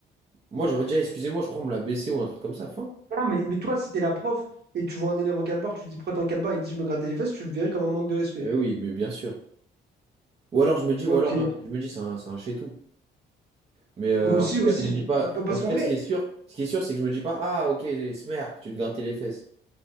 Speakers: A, on the right; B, on the right.
A: moi j'aurais dit, Ah, excusez-moi, je crois on me l'a baissé ou un truc comme ça, fin.
B: Non, mais, mais toi, si t'es la prof et tu vois un élève en calbar, tu dis, pourquoi t'es en calbar, il te dit, je me grattais les fesses, tu le verrais comme un manque de respect.
A: Eh oui, mais bien sûr. Ou alors je me dis, ou
B: Ok.
A: alors euh, je me dis, c'est un, c'est un chez-tout. Mais euh,
B: Aussi,
A: en tout
B: aussi,
A: cas, je me dis
B: j'ai-
A: pas,
B: parce
A: en tout
B: qu'en
A: cas,
B: vrai,
A: ce qui est sûr, ce qui est sûr, c'est que je me dis pas, ah ok, smer, tu te grattais les fesses.